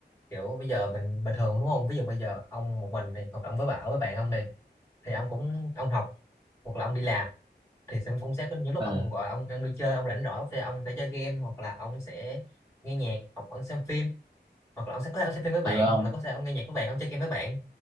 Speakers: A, on the left; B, on the right.
A: kiểu bây giờ mình bình thường đúng không ví dụ bây giờ ông một mình này hoặc là ông với bảo với bạn ông này thì ông cũng ông học hoặc là ông đi làm thì sẽ cũng sẽ có những lúc
B: ừ
A: ông gọi ông ông đi chơi ông rảnh rỗi thì ông sẽ chơi game hoặc là ông sẽ nghe nhạc hoặc ông xem phim hoặc là ông sẽ có thể ông xem phim với bạn
B: ừ ông
A: hoặc là có thể ông nghe nhạc với bạn ông chơi game với bạn